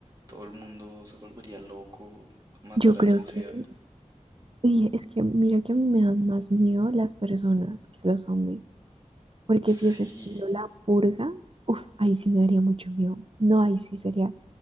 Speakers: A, on the right; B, on the right.
A: todo el mundo se volvería loco, matar
B: Yo creo
A: a quien
B: que,
A: sea.
B: y es que mira que a mí me dan más miedo las personas que los zombies, porque
A: Sí.
B: si es estilo la purga, uff, ahí sí me daría mucho miedo. No, ahí sí sería